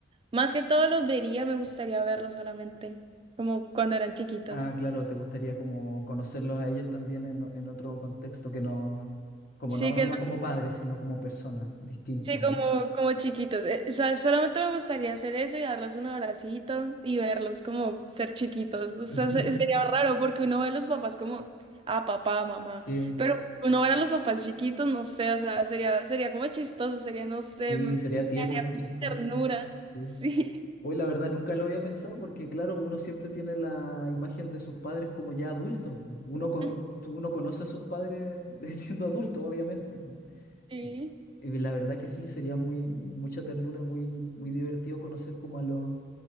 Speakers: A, on the right (about 25°); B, on the left (about 50°).
A: Más que todo los vería, me gustaría verlos solamente, como cuando eran chiquitos.
B: Ah, claro, te gustaría como conocerlos a ellos también en, en otro contexto que no, como
A: Sí
B: no,
A: que
B: no como padres, sino como personas, distinto,
A: Sí, como,
B: ¿no?
A: como chiquitos. Eh, o sea, solamente me gustaría hacer eso y darles un abracito y verlos como ser chiquitos. O sea,
B: <laughs>
A: se- sería raro porque uno ve a los papás como, ah, papá, mamá.
B: Sí,
A: Pero uno ver a los papás chiquitos, no sé, o sea, sería, sería como chistoso, sería, no sé,
B: sí,
A: me- me
B: sería tierno
A: daría
B: y chistoso.
A: ternura.
B: Sí.
A: Sí,
B: Hoy la verdad nunca lo había pensado porque claro, uno siempre tiene la imagen de sus padres como ya adultos. po. Uno, co-
A: <laughs>
B: uno conoce a sus padres <laughs> siendo adultos, obviamente. po.
A: sí,
B: Y, y la verdad que sí, sería muy, mu- mucha ternura, muy, muy divertido conocer como a los,